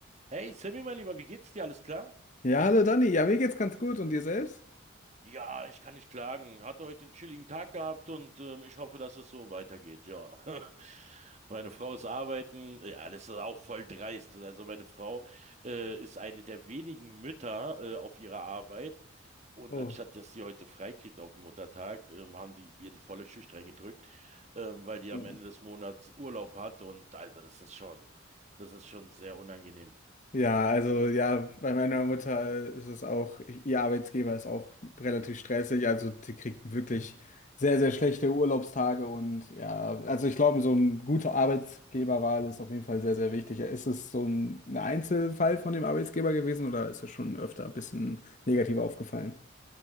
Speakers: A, on the right; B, on the left.
A: Hey Sammy, mein Lieber, wie geht's dir? Alles klar?
B: Ja, hallo Dani. Ja, mir geht's ganz gut. Und dir selbst?
A: Ja, ich kann nicht klagen. Hatte heute einen chilligen Tag gehabt und ähm, ich hoffe, dass es so weitergeht, ja. <laughs> Meine Frau ist arbeiten. Ja, das ist auch voll dreist. Also meine Frau äh, ist eine der wenigen Mütter äh, auf ihrer Arbeit. Und
B: Oh.
A: anstatt, dass sie heute frei kriegt auf dem Muttertag, ähm, haben die ihr die volle Schicht reingedrückt, ähm, weil die
B: oh.
A: am Ende des Monats Urlaub hat. Und also das ist schon, das ist schon sehr unangenehm.
B: Ja, also ja, bei meiner Mutter ist es auch, ihr Arbeitsgeber ist auch relativ stressig. Also die kriegt wirklich sehr, sehr schlechte Urlaubstage. Und ja, also ich glaube, so eine gute Arbeitgeberwahl ist auf jeden Fall sehr, sehr wichtig. Ist es so ein ein Einzelfall von dem Arbeitsgeber gewesen oder ist es schon öfter ein bisschen negativ aufgefallen?